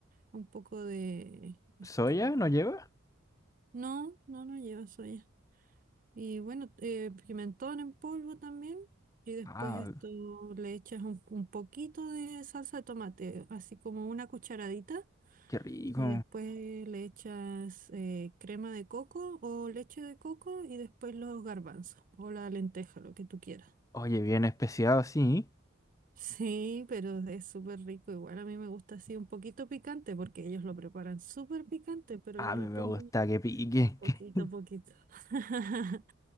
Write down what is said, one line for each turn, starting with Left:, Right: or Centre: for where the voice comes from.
Right: un poco de esto,
Left: ¿Soya
Right: como...
Left: no lleva?
Right: No, no, no lleva soya. Y bueno, eh, pimentón en polvo también. Y después
Left: Ah,
Right: esto le echas un, un poquito de salsa de tomate, así como una cucharadita.
Left: qué rico.
Right: Y después le echas eh, crema de coco o leche de coco y después los garbanzos o la lenteja, lo que tú quieras.
Left: Oye, bien especiado, sí.
Right: Sí, pero es súper rico. Igual a mí me gusta así un poquito picante porque ellos lo preparan súper picante, pero
Left: A
Right: yo
Left: mí
Right: le pongo
Left: me gusta que pique.
Right: Poquito
Left: <laughs>
Right: a poquito. <laughs>